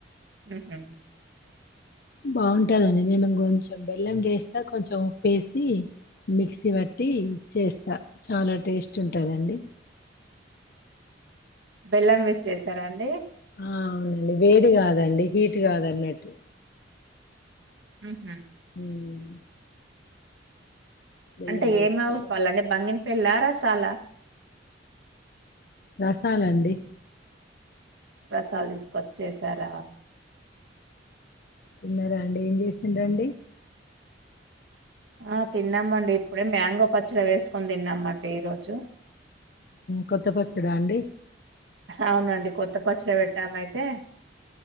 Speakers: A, on the right; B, on the left.
A: ఉహుం
B: బాగుంటాదండి నేను కొంచెం బెల్లం వేస్తా కొంచెం ఉప్పేసి మిక్సీ పట్టి చేస్తా చాలా టేస్ట్ ఉంటుందండి
A: బెల్లం వేసి చేశారా అండి
B: ఆ అవునండి వేడి కాదండి హీట్ కాదన్నట్టు
A: అమ్
B: హుమ్ బెల్లం
A: అంటే
B: వేస్తే
A: ఏమి మామిడి పండ్లు అండి బంగినపల్లి రసాల
B: రసాలండి
A: రసాలు తీసుకొచ్చ చేసారా
B: తిన్నారాండి ఏం చేసిండ్రండి
A: ఆ తిన్నామండి ఇప్పుడే మ్యాంగో పచ్చడి వేసుకొని తిన్నామండి ఈరోజు
B: కొత్త పచ్చిడా అండి
A: అవునండి కొత్త పచ్చలో పెట్టామయితే